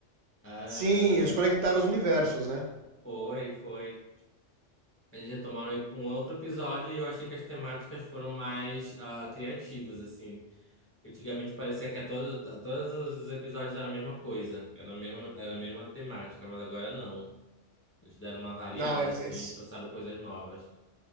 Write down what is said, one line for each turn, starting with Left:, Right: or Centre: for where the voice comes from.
Left: Ah,
Right: Sim, eles conectaram os universos, né?
Left: foi, foi. Eles retomaram um outro episódio e eu achei que as temáticas foram mais ah, criativas, assim. Antigamente parecia que a todo- a todos, os episódios eram a mesma coisa, era a mesma, era a mesma temática, mas agora não. Eles deram uma variada,
Right: Não, eles,
Left: assim,
Right: eles
Left: e trouxeram coisas novas.